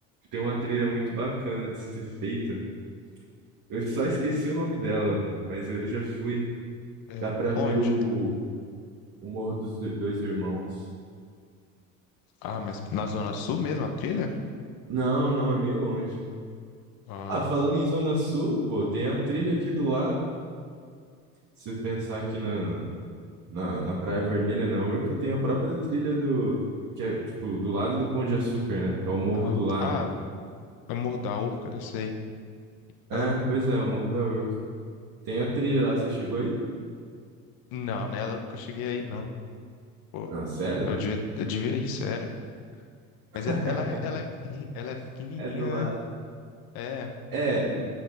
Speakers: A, on the right (about 50°); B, on the left (about 60°).
A: tem uma trilha muito bacana de ser feita. Eu só esqueci o nome dela, mas eu já fui.
B: É,
A: Dá para ver
B: onde?
A: o, o Morro dos Do- Dois Irmãos.
B: Ah, mas na Zona Sul mesmo, a trilha?
A: Não, não, é meio longe.
B: Ah,
A: Ah, falando em Zona Sul, pô, tem a trilha aqui do lado. Se pensar aqui na, Na, na Praia Vermelha, na Urca, tem a própria trilha do, do- que é, tipo, do lado do Pão de Açúcar, né? É o morro
B: ah,
A: do lado.
B: ah, é Morro da Urca, né? Sei.
A: É,
B: Aham.
A: pois é, o morro da Urca. Tem a trilha lá, você chegou aí?
B: Não, nela eu nunca cheguei aí, não. Pô,
A: Ah, sério?
B: eu devia, eu devia ir, sério. Mas é-
A: <laughs>
B: ela é, ela é, pequen- <laughs> ela é pequenininha,
A: É do lado.
B: né? É.
A: É, m-